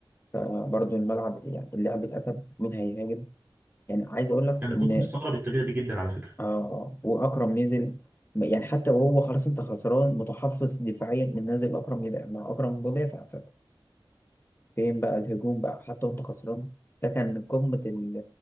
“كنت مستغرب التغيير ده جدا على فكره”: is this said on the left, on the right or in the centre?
Right